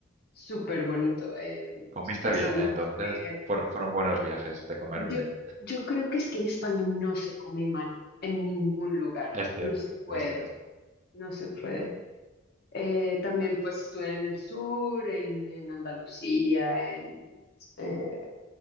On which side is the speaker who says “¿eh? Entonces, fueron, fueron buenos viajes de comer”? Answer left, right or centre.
Right